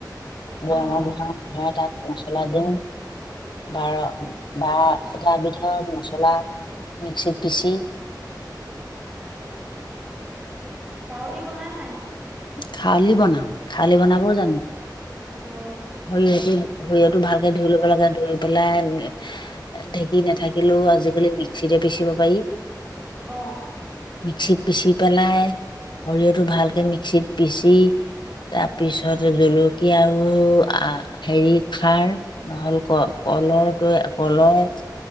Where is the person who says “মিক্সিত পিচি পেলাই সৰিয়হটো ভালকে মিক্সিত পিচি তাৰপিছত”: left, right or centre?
Left